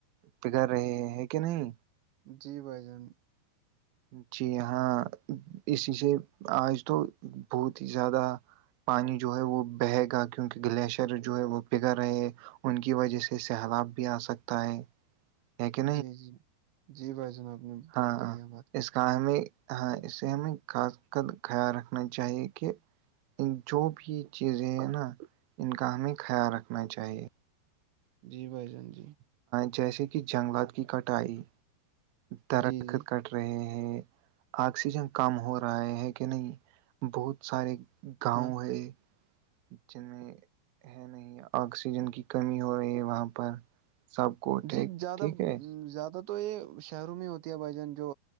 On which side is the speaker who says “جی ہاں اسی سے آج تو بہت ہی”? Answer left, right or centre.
Right